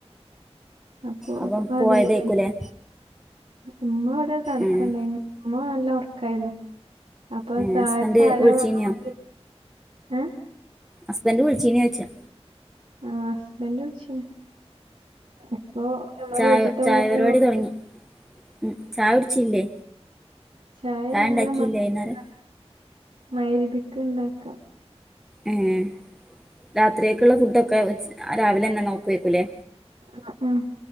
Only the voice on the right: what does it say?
അപ്പൊ
ഇപ്പ
അതിന് പോയി ഇമ്മ ഇവിടെ കടക്കുണ്ടായിരുന്നു
ഉമ്മ നല്ല ഒർക്കായിരുന്നു അപ്പൊ
താഴ്ത്ത
ആരോ
വന്ന മാതിരി ഏഹ്
ആഹ് ഹസ്ബന്റ് വിളിചിന്നു ഇപ്പൊ നമ്മടെ
വീട്ടത്തെ
മാരിഒന്നും
ചായ ഞങ്ങള്
മഹ് രിപിക്ക
ഉണ്ടാക്കാ മഹ് രിപിക്ക ഉണ്ടാക്കാ
ആഹ് ആഹ്